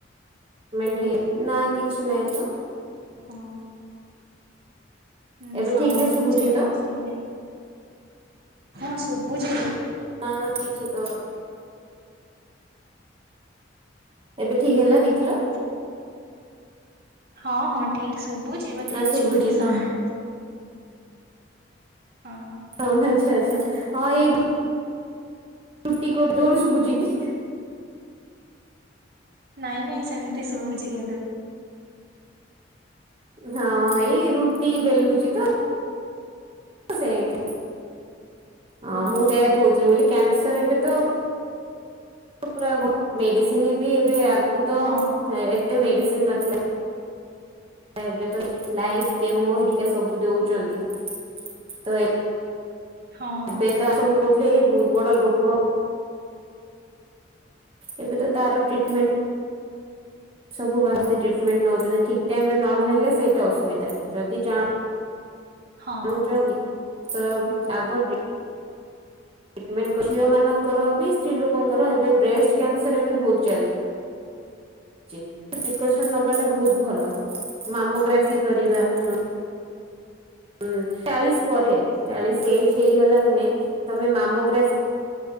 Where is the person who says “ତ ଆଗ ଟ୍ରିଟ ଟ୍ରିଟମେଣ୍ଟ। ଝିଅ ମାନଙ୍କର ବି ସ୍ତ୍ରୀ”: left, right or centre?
Right